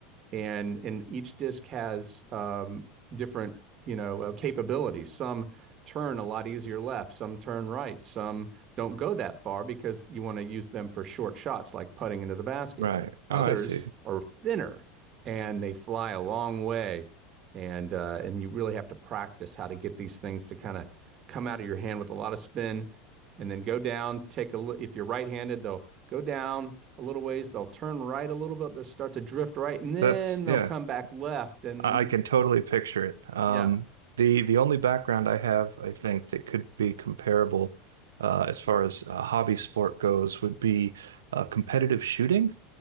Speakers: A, on the right (about 45°); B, on the right (about 90°).
A: and and each disk has um, different you know uh, capabilities. Some turn a lot easier left, some turn right, some don't go that far because you want to use them for short shots like putting into the basket.
B: Right. Oh,
A: Others
B: I see.
A: are thinner and they fly a long way, and uh, and you really have to practice how to get these things to kind of come out of your hand with a lot of spin and then go down, take a If you're right-handed, they'll go down a little ways, they'll turn right a little bit, they'll start to drift right, and then
B: That's
A: they'll
B: yeah.
A: come back left. And
B: I
A: you,
B: can totally picture it. Um,
A: yeah.
B: the the only background I have, I think, that could be comparable uh, as far as uh, hobby sport goes would be uh, competitive shooting.